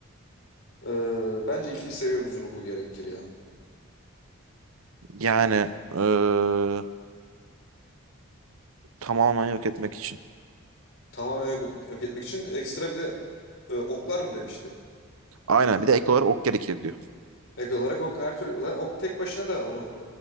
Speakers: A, on the left; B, on the right.
A: Ee, bence ikinci seviye buz ruhu gerekir ya.
B: Yani eee, Tamamen yok etmek için.
A: Tamamen yok, yok etmek için ekstra bir de e, oklar mı demişti?
B: Aynen bir de ek olarak ok gerekir diyor.
A: Ek olarak ok her türlü zaten ok tek başına da onu